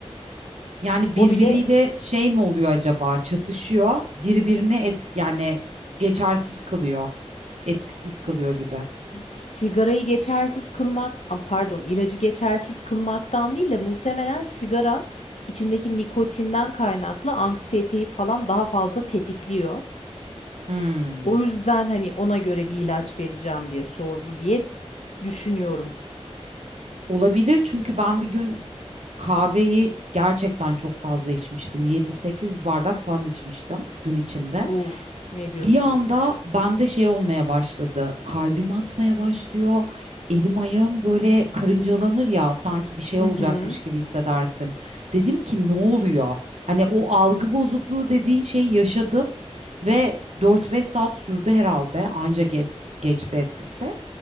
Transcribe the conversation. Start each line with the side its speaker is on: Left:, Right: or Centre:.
Right: Yani birbiriyle
Left: O bile
Right: şey mi oluyor acaba? Çatışıyor. Birbirini et yani geçersiz kılıyor. Etkisiz kılıyor gibi.
Left: E, Sigarayı geçersiz kılmak, am, pardon, ilacı geçersiz kılmaktan değil de muhtemelen sigara içindeki nikotinden kaynaklı anksiyeteyi falan daha fazla tetikliyor.
Right: Hmm.
Left: O yüzden hani ona göre bir ilaç vereceğim diye sordu diye düşünüyorum.
Right: Olabilir çünkü ben bir gün kahveyi gerçekten çok fazla içmiştim. yedi sekiz bardak falan içmiştim gün içinde.
Left: Uf, ne diyorsun?
Right: Bir anda bende şey olmaya başladı. Kalbim atmaya başlıyor. Elim ayağım böyle karıncalanır ya sanki bir şey
Left: Hı
Right: olacakmış
Left: hı.
Right: gibi hissedersin. Dedim ki ne oluyor? Hani o algı bozukluğu dediğin şeyi yaşadım ve dört beş saat sürdü herhalde anca geç, geçti etkisi.